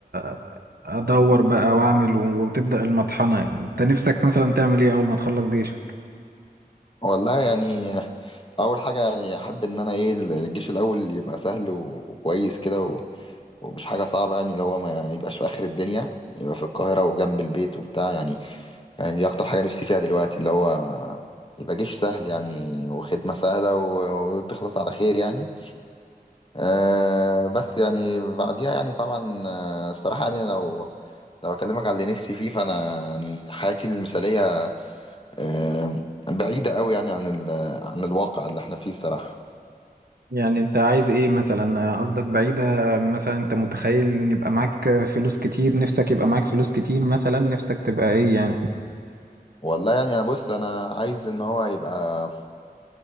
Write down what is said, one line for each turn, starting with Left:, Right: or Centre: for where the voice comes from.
Right: أ- ادور بقى واعمل و- وتبدأ المطحنة يعني انت نفسك مثلا تعمل ايه اول ما تخلص جيشك
Left: والله يعني اول حاجه يعني احب ان انا ايه الجيش الاول يبقى سهل و... وكويس كده و... ومش حاجه صعبه يعني لو هو ما يبقاش في اخر الدنيا يبقى في القاهره وجنب البيت وبتاع يعني يعني دي اكتر حاجه نفسي فيها دلوقتي اللي هو يبقى جيش سهل يعني وخدمه سهله و... وتخلص على خير يعني أه بس يعني بعديها يعني طبعا آه، الصراحة يعني لو لو أكلمك على اللي نفسي فيه فأنا يعني حياتي المثالية أه بعيدة قوي يعني عن ال عن الواقع اللي احنا فيه الصراحة
Right: يعني انت عايز ايه مثلا قصدك بعيدة مثلا انت متخيل ان يبقى معاك فلوس كتير نفسك يبقى معاك فلوس كتير مثلا نفسك تبقى ايه يعني
Left: والله يعني أنا بص أنا عايز إن هو يبقى